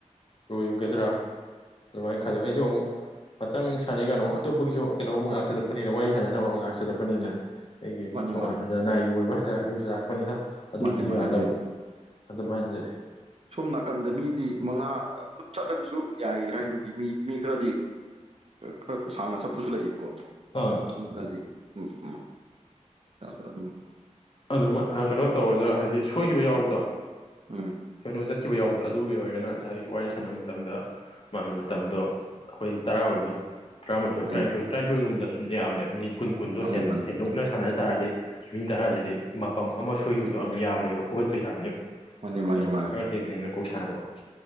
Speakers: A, on the left; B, on the right.
A: ꯂꯣꯏꯒꯗ꯭ꯔꯥ ꯑꯗꯨꯃꯥꯏꯅ ꯈꯜꯂꯦꯕ ꯑꯩꯁꯨ ꯑꯃꯨꯛ ꯉꯥꯛꯇꯪ ꯁꯥꯟꯅꯩ ꯀꯥꯟ ꯑꯇꯣꯞꯄꯒꯤꯁꯨ ꯀꯩꯅꯣꯃꯨꯛ ꯂꯥꯛꯖꯤꯟ ꯂꯛꯄꯅꯤꯅ ꯋꯥꯔꯤ ꯁꯥꯟꯅꯅꯕ ꯑꯃꯨꯛ ꯂꯥꯛꯆꯔꯛꯄꯅꯤꯅ ꯑꯩꯒꯤ
B: ꯃꯥꯅꯦ
A: ꯇꯣꯉꯥꯟꯅ
B: ꯃꯥꯅꯦ
A: ꯔꯅꯥꯏꯒꯤ ꯑꯣꯏꯕ ꯍꯥꯏꯇꯥꯔꯦ ꯑꯗꯨꯒꯤꯁꯨ ꯂꯥꯛꯄꯅꯤꯅ ꯑꯗꯨꯒꯤꯁꯨ
B: ꯃꯥꯅꯦ ꯃꯥꯅꯦ
A: ꯌꯥꯗꯕ
B: ꯑꯗꯨꯏꯅꯦ
A: ꯑꯗꯨꯃꯥꯏꯅꯗꯤ
B: ꯁꯣꯝ ꯅꯥꯀꯟꯗ ꯃꯤꯗꯤ ꯃꯉꯥ ꯑꯗꯨꯝ ꯆꯠꯂꯒꯁꯨ ꯌꯥꯏ ꯍꯥꯏꯕꯒꯤ ꯃꯤ ꯃꯤ ꯈꯔꯗꯤ ꯈꯔ ꯁꯥꯡꯅ ꯆꯠꯄꯁꯨ ꯂꯩꯌꯦꯕꯀꯣ
A: ꯑꯥ
B: ꯃꯤ ꯈꯔꯗꯤ ꯎꯝ ꯎꯝ ꯌꯥꯎ ꯑꯗꯨ <inaudible>
A: ꯑꯗꯨꯝ ꯀꯩꯅꯣ ꯇꯧꯔꯒ ꯍꯥꯏꯗꯤ ꯁꯣꯏꯈꯤꯕ ꯌꯥꯎꯕꯗꯣ
B: ꯎꯝ
A: ꯁꯣꯏꯅꯣ ꯆꯠꯈꯤꯕ ꯌꯥꯎꯕꯗꯣ ꯑꯗꯨꯒꯤ ꯑꯣꯏꯔꯒꯅ ꯉꯁꯥꯏꯒꯤ ꯋꯥꯔꯤ ꯁꯥꯟꯅꯕ ꯃꯇꯝꯗ ꯃꯥꯒꯤ ꯃꯇꯝꯗꯣ ꯑꯩꯈꯣꯏ ꯇꯔꯥ ꯑꯣꯏꯕꯗꯣ ꯇꯔꯥꯃꯥꯊꯣꯏ
B: ꯃꯥꯅꯦ
A: ꯇꯔꯥꯅꯤꯊꯣꯏ ꯇꯔꯥꯅꯤꯊꯣꯏꯒꯨꯝꯕ ꯑꯗꯨꯝ ꯌꯥꯕꯅꯦꯕ ꯃꯤꯅꯤ ꯀꯨꯟ ꯀꯨꯟꯗꯣ
B: ꯃꯥꯅꯦ ꯃꯥꯅꯦ
A: ꯍꯦꯟꯗꯣꯛꯅ ꯁꯥꯟꯅ ꯇꯥꯔꯗꯤ ꯃꯤ ꯇꯔꯥꯗꯗꯤ ꯃꯇꯝ ꯑꯃ ꯁꯣꯏꯈꯤꯕꯗꯣ ꯑꯗꯨꯝ ꯌꯥꯕꯅꯦꯕ ꯐꯨꯒꯠꯄ ꯌꯥꯕꯅꯦꯕ
B: ꯃꯥꯅꯦ ꯃꯥꯅꯦ ꯃꯥꯅꯦ
A: ꯈꯔ ꯍꯦꯟꯅ ꯍꯦꯟꯅ ꯀꯣꯛ ꯁꯥꯟꯅꯕ